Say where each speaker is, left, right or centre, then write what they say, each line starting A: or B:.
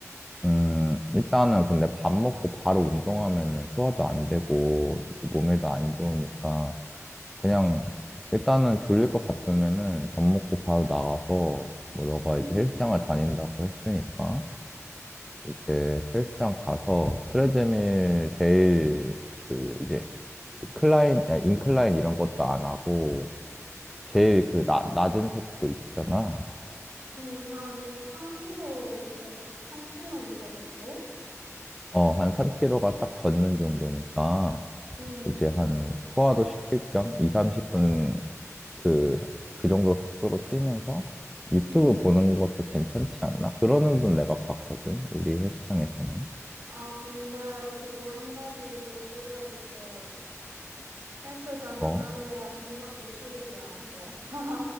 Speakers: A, in the centre; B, on the right.
A: 음, 일단은 근데 밥 먹고 바로 운동하면은 소화도 안 되고, 또 몸에도 안 좋으니까, 그냥, 일단은 졸릴 것 같으면은 밥 먹고 바로 나가서, 뭐 너가
B: 응,
A: 이제 헬스장을 다닌다고 했으니까, 이제 헬스장 가서 트레드밀 제일 그 이제 그 클라인, 아, 인클라인 이런 것도 안 하고, 제일
B: 응.
A: 그 나, 낮은 속도 있잖아.
B: 응, 한 3km, 3km 정도?
A: 어, 한 3km가 딱 걷는 정도니까,
B: 응.
A: 이제 한 소화도 시킬 겸 2, 30분 그, 그 정도 속도로 뛰면서 유튜브
B: 음.
A: 보는 것도 괜찮지 않나? 그러는 분 내가 봤거든, 우리 헬스장에서는.
B: 아, 근데 그거 한 가지 오류가 있어. 헬스장은
A: 어?
B: 하루에 한 번밖에 출입이 안 돼. <laughs>